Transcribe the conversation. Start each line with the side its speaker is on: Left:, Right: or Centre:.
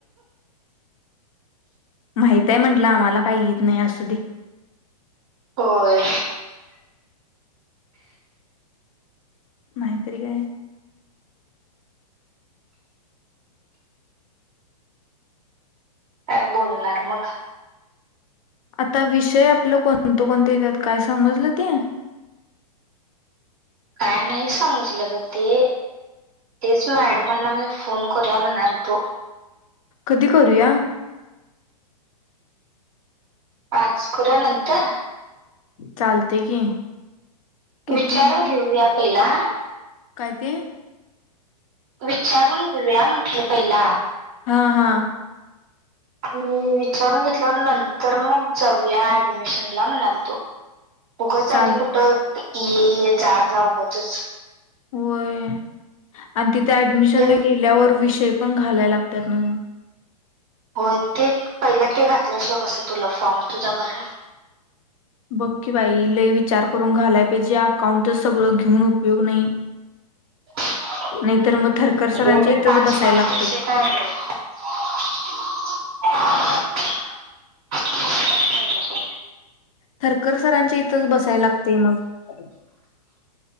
Left: माहितय म्हंटलं आम्हाला काही येत नाही असू दे
Right: होय
Left: नाहीतरी काय
Right: काय बोलणार मग
Left: आता विषय आपलं कोणत कोणतेेतत काय समजलं ते
Right: काय नाही समजलं ग ते तेच मॅडमांना मी फोन करूया म्हणाल तो
Left: कधी करूया
Right: आज खुऱ्या नंतर
Left: चालते की कितीला
Right: विचार येेऊ यापेला
Left: काय ते
Right: विचारून घेऊया म्हंटलं पहिला
Left: हा-हा
Right: आणि विचारून घेतल्यावर नंतर मग जाऊया ऍडमिशन ला म्हणाल तो उगच
Left: चाल
Right: आणि कुठ हे जा जा ऊगचच
Left: होय अ तिथ ऍडमिशन
Right: ते
Left: ला गेल्यावर <unintelligible> ते पण घालाय लागत्यात नव्ह
Right: हो ते पहिलं ते घातल्याशिवाय कसं तुला फॉर्म तुझ्या बरर
Left: बकी बाई लय विचार करून घालाय पाहिजे अकाउंट तर सगळं घेऊन उपयोग नाही
Right: <unintelligible>
Left: नाहीतर मग थरकर सरांच्या इथंच बसायला लागते.
Right: <unintelligible>
Left: थरकर सरांच्या इथंच बसायला लागतय मग